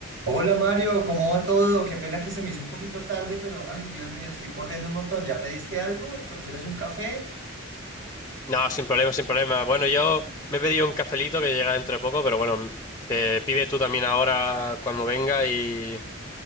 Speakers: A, on the right; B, on the left.
A: Hola Mario, ¿cómo va todo? Qué pena que se me hizo un poquito tarde, pero ay, Dios mío, estoy corriendo un montón. ¿Ya pediste algo? ¿Tú quieres un café?
B: No, sin problema, sin problema. Bueno, yo me he pedido un cafelito que llega dentro de poco, pero bueno, eh, pide tú también ahora cuando venga y